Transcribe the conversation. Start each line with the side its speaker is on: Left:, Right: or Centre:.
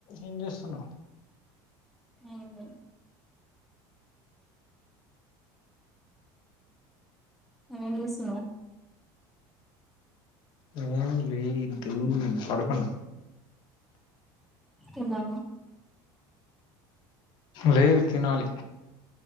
Left: ఏం చేస్తున్నావ్
Centre: హ్మ్మ్ నువ్వేం చేస్తున్నావ్
Left: ఏం లేదు పడుకున్నా
Centre: తిన్నావా
Left: లేదు తినాలి